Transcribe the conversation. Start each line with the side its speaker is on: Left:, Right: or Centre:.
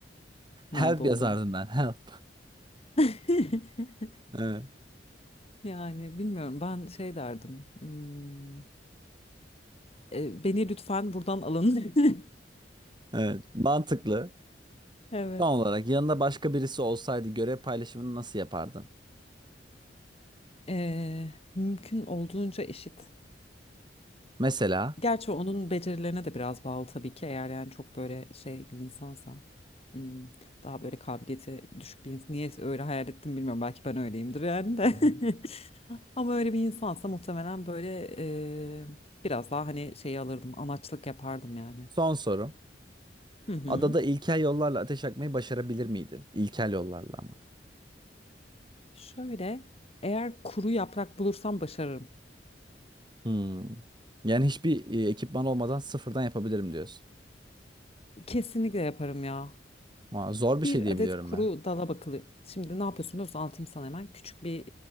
Right: Help
Left: Nerede olduğum.
Right: yazardım ben. Help.
Left: <laughs>
Right: <laughs> Evet,
Left: Yani bilmiyorum ben şey derdim. hmm, e, beni lütfen buradan alın. <laughs>
Right: evet. Mantıklı.
Left: Evet.
Right: Son olarak yanında başka birisi olsaydı görev paylaşımını nasıl yapardın?
Left: E, mümkün olduğunca eşit.
Right: Mesela
Left: Gerçi onun becerilerine de biraz bağlı tabii ki eğer yani çok böyle şey bir insansa. hmm, daha böyle kabiliyeti düşük bir insan. Niye öyle hayal ettim bilmiyorum. Belki ben öyleyimdir yani de.
Right: Hı hı.
Left: <laughs> Ama öyle bir insansa muhtemelen böyle e, biraz daha hani şeyi alırdım. Anaçlık yapardım yani.
Right: son sorum.
Left: Hı hı.
Right: Adada ilkel yollarla ateş yakmayı başarabilir miydin? İlkel yollarla ama.
Left: Şöyle, eğer kuru yaprak bulursam başarırım.
Right: Hmm. Yani hiçbir e, ekipman olmadan sıfırdan yapabilirim diyorsun.
Left: Kesinlikle yaparım ya.
Right: Aa, zor bir
Left: Bir
Right: şey diye
Left: adet
Right: biliyorum
Left: kuru
Right: ben.
Left: dala bakılı. Şimdi ne yapıyorsun biliyor musun? Anlatayım sana hemen. Küçük bir